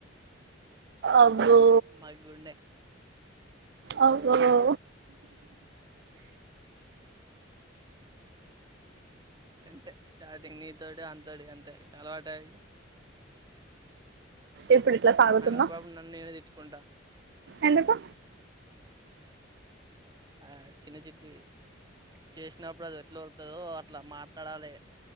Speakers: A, on the right (about 55°); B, on the right (about 20°).
A: అబ్బో
B: మా గుండె
A: ఓహా
B: ఆ అంతే స్టార్టింగ్ నీతోటి అంతటి అంటే అలవాటయి
A: ఇప్పుడు ఇట్లా సాగుతుందా
B: నాకు అప్పుడప్పుడు నన్ను నీనే తిట్టుకుంట
A: ఎందుకు
B: ఆ చిన్న చిట్టీ చేసినప్పుడు అది ఎట్లా ఒరుతదో అట్లా మాట్లాడాలి